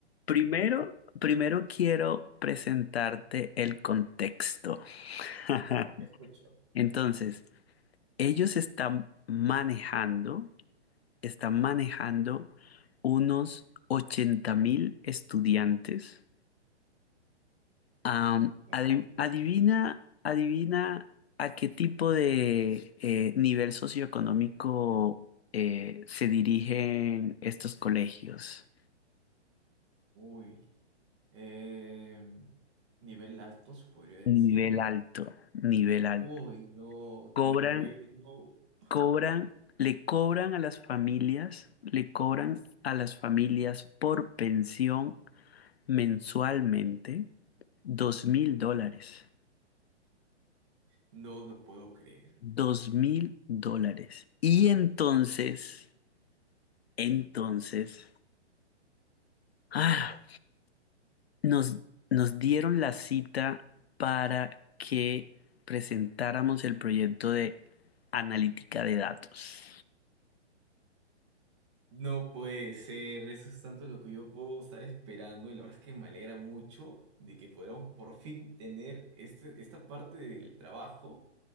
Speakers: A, on the left; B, on the right.
A: Primero, primero quiero presentarte el contexto. <laughs>
B: Dale, te escucho.
A: Entonces, ellos están manejando, están manejando unos ochenta mil estudiantes Am,
B: Ya.
A: adi- adivina, adivina a qué tipo de eh, nivel socioeconómico eh, se dirigen estos colegios.
B: Uy. Eh, nivel alto, se podría decir.
A: Nivel alto, nivel alto.
B: Uy, no,
A: Cobran,
B: qué bueno. <laughs>
A: cobran, le cobran a las familias, le cobran a las familias por pensión mensualmente dos mil dólares.
B: No lo puedo creer.
A: Dos mil dólares. Y entonces, entonces. Ah, nos, nos dieron la cita para que presentáramos el proyecto de analítica de datos.
B: No puede ser, eso es tanto lo que yo puedo estar esperando y la verdad es que me alegra mucho de que podamos por fin tener este, esta parte del trabajo